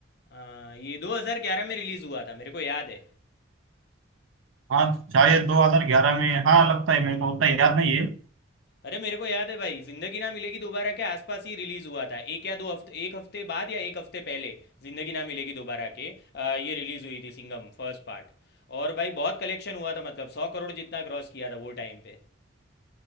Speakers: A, on the left (about 55°); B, on the right (about 90°).
A: हाँ ये 2011 में रिलीज़ हुआ था मेरे को याद है
B: हाँ शायद दो हजार ग्यारह में हाँ लगता है मेरे को उतना याद नहीं है
A: अरे मेरे को याद है भाई जिंदगी ना मिलेगी दोबारा के आसपास ही रिलीज़ हुआ था एक या दो हफ्ते एक हफ्ते बाद या एक हफ्ते पहले जिंदगी ना मिलेगी दोबारा के अ, ये रिलीज़ हुई थी सिंगम फर्स्ट पार्ट और भाई बहुत कलेक्शन हुआ था मतलब सौ करोड़ जितना क्रॉस किया था वो टाइम पे